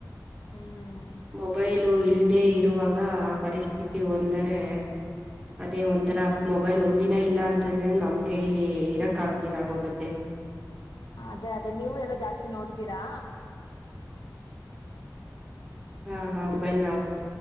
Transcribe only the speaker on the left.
ಹ್ಮ್
ಅದೇ ಅದೇ ನೀವು ಎಲ್ಲಾ ಜಾಸ್ತಿ ನೋಡ್ತೀರಾ